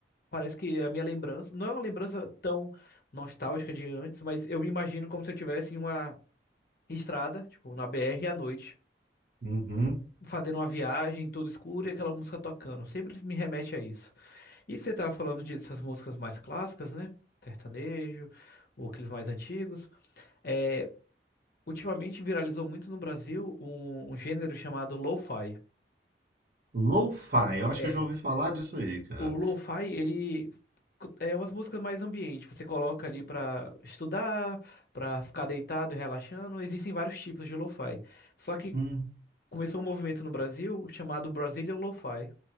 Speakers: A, on the left (about 55°); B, on the right (about 50°).
A: parece que é a minha lembrança. Não é uma lembrança tão nostálgica de antes, mas eu me imagino como se eu estivesse em uma estrada, tipo, na BR à noite,
B: Uhum.
A: fazendo uma viagem, tudo escuro e aquela música tocando. Sempre me remete a isso. E você tava falando de- dessas músicas mais clássicas, né? Sertanejo, ou aqueles mais antigos. É, Ultimamente viralizou muito no Brasil um, um gênero chamado lo-fi.
B: Lo-fi, eu acho
A: É.
B: que eu já ouvi falar disso aí, cara.
A: O lo-fi, ele é umas músicas mais ambiente. Você coloca ali pra estudar, pra ficar deitado e relaxando. Existem vários tipos de lo-fi. Só que
B: Uhum.
A: começou um movimento no Brasil chamado Brazilian Lo-fi,